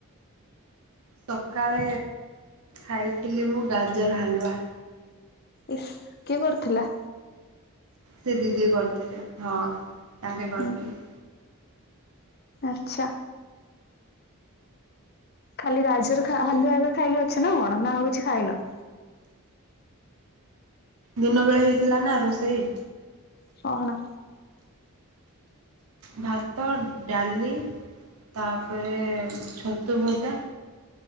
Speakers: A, on the right (about 80°); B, on the left (about 45°).
A: ସକାଳେ ଖାଇଥିଲି ମୁଁ ଗାଜର ହାଲୁଆ।
B: ଇସ୍ କିଏ କରୁଥିଲା।
A: ସେ ଦିଦି କରିଥିଲେ ହଁ ତାଙ୍କେ କରିଥିଲେ।
B: ହୁଁ ଆଚ୍ଛା। ଖାଲି ଗାଜର ଖା ହାଲୁଆ ଖାଇକି ଅଛ ନା କଣ ନା ଆଉ କିଛି ଖାଇନ।
A: ଦିନ ବେଳେ ହେଇଥିଲା ନା ରୋଷେଇ।
B: କଣ
A: ଭାତ ଡାଲି ତାପରେ ଛତୁ ଭଜା।